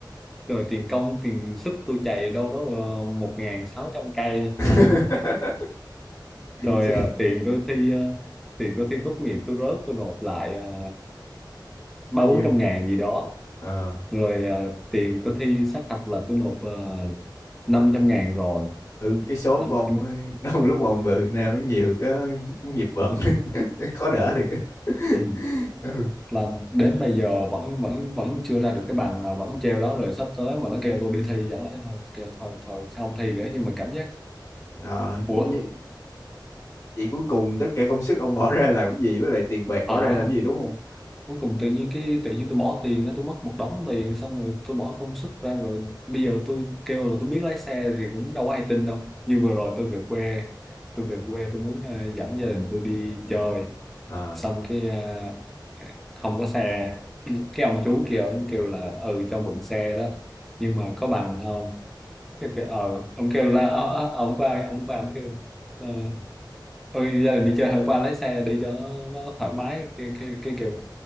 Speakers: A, in the centre; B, on the left.
A: Rồi tiền công, tiền sức tôi chạy đâu đó uh, 1.600 cây,
B: <laughs>
A: rồi
B: Sẽ-
A: ờ, tiền tôi thi ờ, tiền tôi thi tốt nghiệp tôi rớt tôi nộp lại ờ, ba
B: bao nhiêu
A: bốn trăm ngàn gì đó
B: ờ
A: rồi ờ, tiền tôi thi sát hạch là tôi nộp uh, 500 ngàn rồi
B: ừ cái số
A: 500
B: của ông ấy, <laughs> ông lúc mà ông về Việt Nam nó nhiều cái nghiệp vận <laughs> khó đỡ được <laughs>
A: ừ.
B: ừ
A: là đến bây giờ vẫn vẫn vẫn chưa ra được cái bằng mà vẫn treo đó rồi sắp tới mà nó kêu tôi đi thi chẳng lẽ thôi kêu thôi thôi sao không thi nữa nhưng mà cảm giác
B: Ờ, nh-
A: ủa
B: vậy cuối cùng tất cả công sức ông bỏ <laughs> ra làm cái gì với lại tiền bạc
A: ờ
B: bỏ ra làm cái gì đúng không?
A: cuối cùng tự nhiên cái tự nhiên tôi bỏ tiền tôi mất một đống tiền xong rồi tôi bỏ công sức ra rồi bây giờ tôi kêu là tôi biết lái xe thì cũng đâu có ai tin đâu như vừa rồi tôi về quê tôi về quê tôi muốn ờ, dẫn gia đình tôi đi chơi
B: Ờ.
A: xong cái à, không có xe <clears throat> cái ông chú kia ông kêu là ừ cho mượn xe đó nhưng mà có bằng không cái kêu ờ ông kêu là ờ, ờ, ông qua ông qua ông kêu ờ, ôi gia đình đi chơi hôm qua lấy xe đi cho nó, nó thoải mái cái, cái, cái kêu